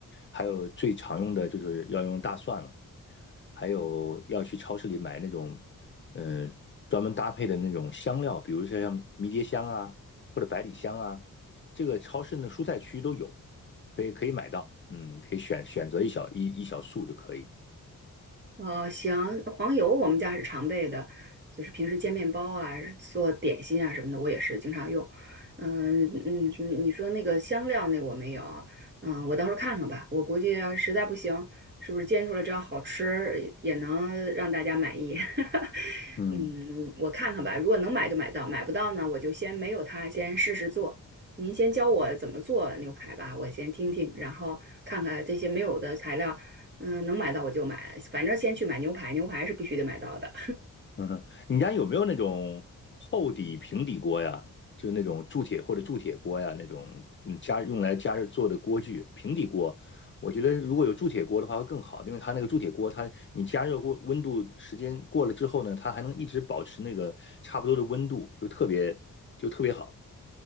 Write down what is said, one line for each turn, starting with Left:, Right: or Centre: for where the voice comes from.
Left: 还有最常用的就是要用大蒜了，还有要去超市里买那种，呃，专门搭配的那种香料，比如说像迷迭香啊，或者百里香啊，这个超市的蔬菜区都有，可以可以买到，嗯，可以选选择一小一一小束就可以，
Right: 哦，行，黄油我们家是常备的，就是平时煎面包啊、做点心啊什么的，我也是经常用。嗯嗯，嗯你说那个香料那个我没有啊，嗯，我到时候看看吧。我估计要实在不行，是不是煎出来只要好吃，也也能让大家满意。<laughs>
Left: 嗯，
Right: 嗯，我看看吧，如果能买就买到，买不到呢，我就先没有它，先试试做。您先教我怎么做牛排吧，我先听听，
Left: 嗯。
Right: 然后看看这些没有的材料，嗯，能买到我就买，反正先去买牛排，牛排是必须得买到的。
Left: 嗯哼，你家有没有那种厚底、平底锅呀？就那种铸铁或者铸铁锅呀，那种嗯加用来加热做的锅具。平底锅，我觉得如果有铸铁锅的话会更好，因为它那个铸铁锅，它你加热过温度时间过了之后呢，它还能一直保持那个差不多的温度，就特别就特别好，